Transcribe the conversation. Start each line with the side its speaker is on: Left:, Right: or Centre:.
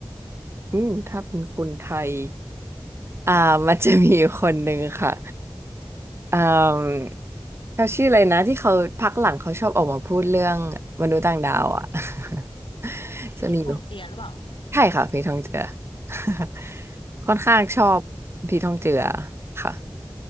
Right: อืมถ้าเป็นคุณไทยอ่ามันจะมีอยู่คนหนึ่งค่ะอ่าเขาชื่ออะไรนะที่เขาพักหลังเขาชอบออกมาพูดเรื่องมนุษย์ต่างดาวอ่ะ <laughs> จะมีอยู่
Left: พี่ทองเจียหรือเปล่า
Right: ใช่ค่ะผีทองเจือ <laughs> ค่อนข้างชอบผีทองเจือ
Left: พี่ทอง
Right: ค่ะ